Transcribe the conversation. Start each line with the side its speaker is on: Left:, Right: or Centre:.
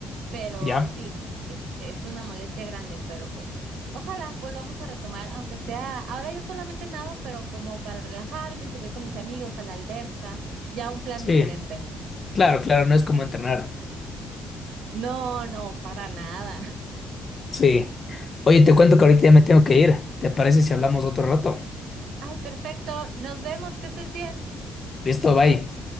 Right: pero
Left: ¿Ya?
Right: sí, es, es una molestia grande, pero pues ojalá volvamos a retomar, aunque sea, ahora yo solamente nado, pero como para relajarme, si voy con mis amigos a la alberca, ya un plan
Left: Sí.
Right: diferente.
Left: Claro, claro, no es como entrenar.
Right: No, no, para nada. <laughs>
Left: Sí. Oye, te cuento que ahorita ya me tengo que ir. ¿Te parece si hablamos otro rato?
Right: Ay, perfecto, nos vemos, que estés bien.
Left: Listo, bye.